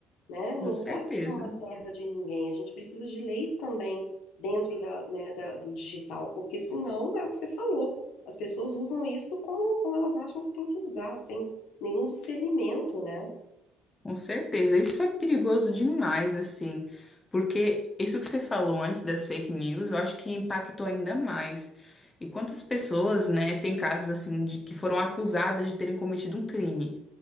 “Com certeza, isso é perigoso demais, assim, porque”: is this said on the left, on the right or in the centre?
Left